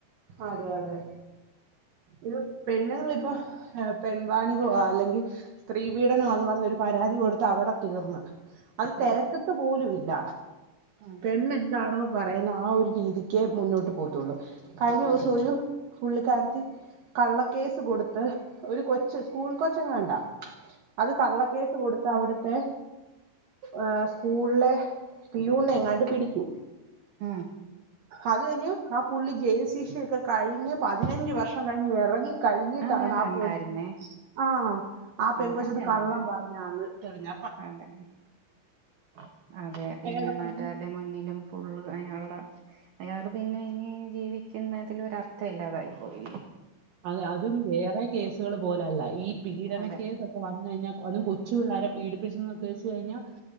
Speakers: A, on the right (about 70°); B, on the right (about 80°).
A: അതെ അതെ. ഇത് പെണ്ണുങ്ങളിപ്പോ പെൺവാണിബോ അല്ലെങ്കിൽ സ്ത്രീപീഡനമാന്ന് പറഞ്ഞ പരാതി കൊടുത്ത് അവിടെ തീർന്ന്, - അത് തിരക്കത്ത്
B: അതെ
A: പോലും ഇല്ല
B: അതെ
A: പെണ് എന്താണോ? പറയുന്ന ആ ഒരു രീതിക്കേ മുന്നോട്ട് പോകത്തുള്ളു കഴിഞ്ഞ ദിവസം
B: അതെ
A: ഒരു- പുള്ളിക്കാരത്തി കള്ളക്കേസ് കൊടുത്ത് ഒരു കൊച്ച് സ്കൂൾ കൊച്ച എങ്ങണ്ടാ- അത് കള്ളക്കേസ് കൊടുത്ത അവിടുത്തെ- ഏ സ്കൂളിലെ പ്യൂണ് എങ്ങാട്ട് പിടിച്ചു.
B: ഉം
A: അത് കഴിഞ്ഞ് ആ പുള്ളി ജയിൽ ശീഷയൊക്കെ കഴിഞ്ഞ് പതിനഞ്ച വർഷം കഴിഞ്ഞ് ഇറങ്ങി- കഴിഞ്ഞിട്ടാണ്
B: അത് ഞാൻ
A: ആ
B: കണ്ടായിരുന്നേ
A: <unintelligible> ആ ആ പെങ്കൊച്ചത്
B: ആഹ് അത് ഞാൻ
A: കള്ളം
B: കണ്ടായിരുന്നു
A: പറഞ്ഞാന്ന് തെളിഞ്ഞ
B: അതെ ആ അതെ പിന്നെ
A: അയാടെ
B: നാട്ട്കാര്ടെ
A: പതിനെ
B: മുന്നിലും ഫുള്ള് അയാള്ടെ അയാള് പിന്നെ ഇനി ജീവിക്കുന്നതില് ഒരർത്ഥയില്ലാതായി പോയില്ലേ
A: അത് അതും വേറെ കേസുകൾ പോലല്ല ഈ പീഡനക്കേസൊക്കെ
B: അതെ
A: വന്ന്കഴിഞ്ഞാ അതും കൊ ച്ചു പിള്ളാരെ പീഡിപ്പിച്ച്ന്നൊക്കെ ച്ച് കഴിഞ്ഞാ